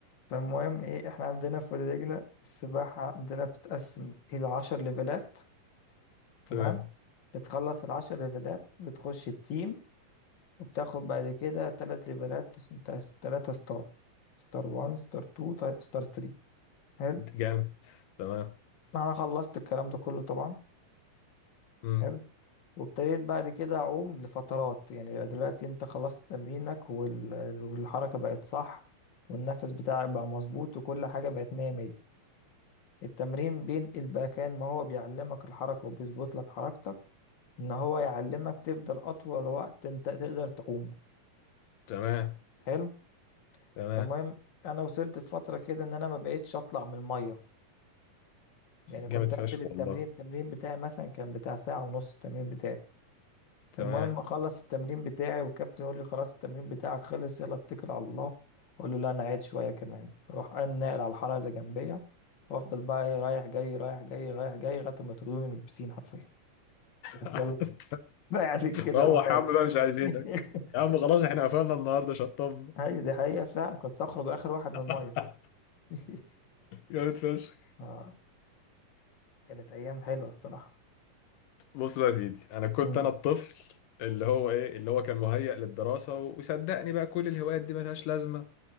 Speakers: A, on the left; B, on the left.
A: فالمهم ايه احنا عندنا في وادي دجله السباحه عندنا بتتقسم الى 10 ليفلات
B: تمام
A: تمام بتخلص العشر ليفلات بتخش التيم وبتاخد بعد كده تلات ليفلات اسم- تلاتة تلاتة ستار ستار 1 ستار 2 تا- ستار 3 حلو
B: انت جامد تمام
A: انا خلصت الكلام ده كله طبعا
B: مم.
A: حلو وابتديت بعد كده أعوم لفترات يعني يبقى دلوقتي أنت خلصت تمرينك وال- والحركة بقت صح والنفس بتاعك بقى مظبوط وكل حاجة بقت مية مية التمرين بينقل بقى كان ما هو بيعلمك الحركة وبيظبط لك حركتك إن هو يعلمك تفضل أطول وقت أنت تقدر تعومه
B: تمام
A: حلو
B: تمام
A: المهم أنا وصلت لفترة كده إن أنا ما بقيتش أطلع من المية يعني كنت
B: جامد فشخ
A: أنزل التمرين
B: والله
A: التمرين بتاعي مثلا كان بتاع ساعة ونص التمرين بتاعي
B: تمام
A: المهم اخلص التمرين بتاعي والكابتن يقول لي خلاص التمرين بتاعك خلص يلا اتكل على الله اقول له لا انا قاعد شويه كمان اروح أنا ناقل على الحاره اللي جنبيه وافضل بقى ايه رايح جاي رايح جاي رايح جاي لغايه ما يطردوني من البسين حرفيا <laughs> يقول لك
B: <laughs>
A: يلا بقى عليك كده
B: روح
A: قوم روح
B: يا عم بقى مش عايزينك
A: <laughs>
B: يا عم خلاص احنا قفلنا النهارده شطبنا
A: ايوه دي حقيقه فعلا كنت اخرج اخر واحد من
B: <laughs>
A: الميه <laughs>
B: جامد فشخ
A: اه كانت ايام حلوه الصراحه
B: بص بقى يا سيدي انا كنت
A: امم
B: انا الطفل اللي هو ايه اللي هو كان مهيأ للدراسه و- وصدقني بقى كل الهوايات دي ملهاش لازمه